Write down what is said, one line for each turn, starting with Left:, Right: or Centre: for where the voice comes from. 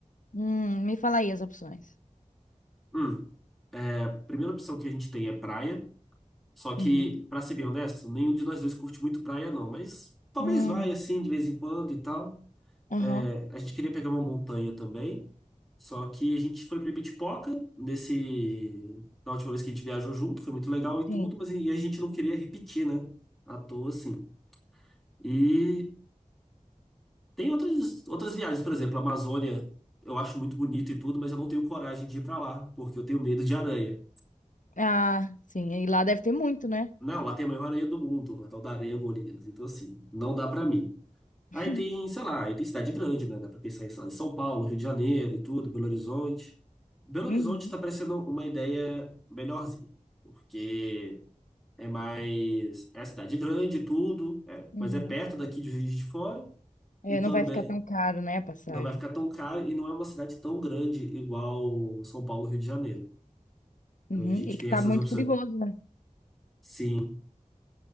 Left: Hum, me fala aí as opções.
Centre: Hum, a primeira opção que a gente tem é praia. Só que,
Left: Uhum.
Centre: pra ser bem honesto, nenhum de nós dois curte muito praia, não. Mas talvez
Left: Hum,
Centre: vai assim, de vez em quando e tal.
Left: aham,
Centre: É, a gente queria pegar uma montanha também, só que a gente foi pra Ibitipoca nesse, na última vez que a gente viajou junto, foi muito legal e
Left: sim.
Centre: tudo, mas e a gente não queria repetir, né? À toa, assim. E tem outras, outras viagens, por exemplo, a Amazônia, eu acho muito bonito e tudo, mas eu não tenho coragem de ir pra lá, porque eu tenho medo de aranha.
Left: Ah, sim, e lá deve ter muito, né?
Centre: Não, lá tem a maior aranha do mundo, a tal da aranha-gorilas, então assim, não dá pra mim. Aí
Left: <laughs>
Centre: tem, sei lá, aí tem cidade grande, né? Dá pra pensar em, sei lá, em São Paulo, Rio de Janeiro e tudo, Belo Horizonte. Belo Horizonte
Left: Uhum,
Centre: tá parecendo uma ideia melhorzinha, porque é mais. É cidade grande e tudo, é,
Left: uhum.
Centre: mas é perto daqui de Juiz de Fora
Left: É,
Centre: e também
Left: não vai ficar tão caro, né, a passagem.
Centre: não vai ficar tão caro e não é uma cidade tão grande igual São Paulo, Rio de Janeiro. Então
Left: Uhum.
Centre: a gente
Left: E
Centre: tem
Left: que tá
Centre: essas
Left: muito
Centre: opções.
Left: perigoso, né?
Centre: Sim,